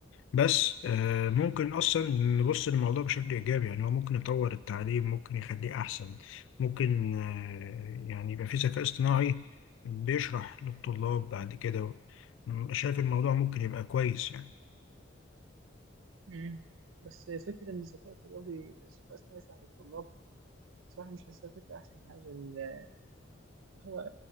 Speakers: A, on the left; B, on the right.
A: بس آه، ممكن اصلا نبص للموضوع بشكل ايجابي يعني هو ممكن يطور التعليم ممكن يخليه احسن ممكن آه، يعني يبقى في ذكاء اصطناعي بيشرح للطلاب بعد كده م- شايف الموضوع ممكن يبقى كويس يعني
B: مم. بس فكرة إن الذكاء الطلابي الذكاء الصناعي يشرح للطلاب صراحة مش حاسسها فكرة أحسن حاجة ال- هو